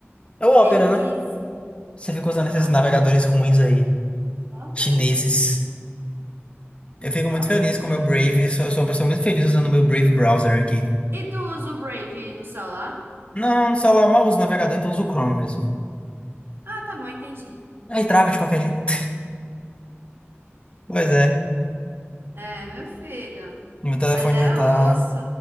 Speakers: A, on the left; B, on the right.
A: É o
B: Delícia.
A: Opera, né? Você fica
B: Ai,
A: usando
B: cala
A: esses
B: a
A: navegadores
B: boca.
A: ruins aí,
B: Cala a
A: chineses.
B: boca.
A: Eu fico
B: Cala
A: muito feliz
B: a boca,
A: com o meu
B: hein?
A: Brave. Eu sou eu sou uma pessoa muito feliz usando o meu Brave browser aqui.
B: E tu usa o Brave no celular?
A: Não, no celular eu mal uso o navegador, então uso o Chrome mesmo.
B: Ah, tá bom, entendi.
A: Aí trava de qualquer jeito. Pois é,
B: É, meu filho.
A: meu telefone
B: Mas é
A: já tá.
B: osso.